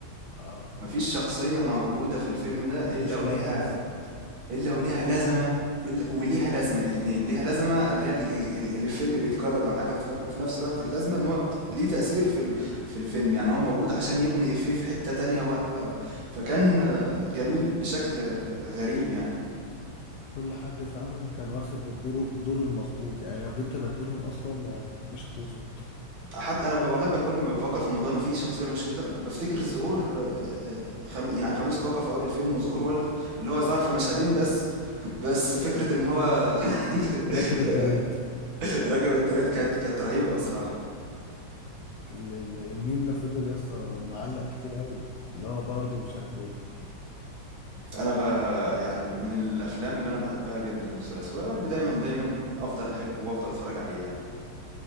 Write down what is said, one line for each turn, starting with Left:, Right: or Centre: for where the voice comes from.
Left: اه
Right: مفيش شخصية موجودة في الفيلم ده إلا
Left: مش
Right: وليها
Left: لايقة بالظبط
Right: إلا
Left: يعني
Right: وليها لازمة إلا وليها لازمة الاتنين ليها لازمة اللي هي ال- ال- ال- الإفيه اللي بيتكرر أو الحاجة اللي بتتكرر وفي نفس الوقت اللازمة إن هو ليه تأثير في ال- في الفيلم يعني هو موجود عشان يبني إفيه في حتة تانية و و و فكان آه، جميل بشكل آه، غريب يعني
Left: كل حد فعلا كان واخد الدور الدور المظبوط يعني لو جيت تبدلهم اصلا ما- مش هتظبط
Right: حد انا ب- والله بقى كل ما بفكر في الموضوع ان في شخصيه مش كده بفتكر ظهور آه، آه، خم... يعني خميس كاكا في اول الفيلم وظهور والده اللي هو ظهر في مشهدين بس <laughs> بس فكره ان هو
Left: راكب
Right: <laughs>
Left: الترند
Right: راكب التريات كانت كانت رهيبه بصراحه
Left: ال- ال- الميم ده فضل يا اسطى معلق كتير قوي لا برضه مش عارف ايه
Right: انا ب... يعني من الافلام اللي انا بحبها جدا للثلاثي ويا رب دايما دايما افضل احبه وافضل اتفرج عليه يعني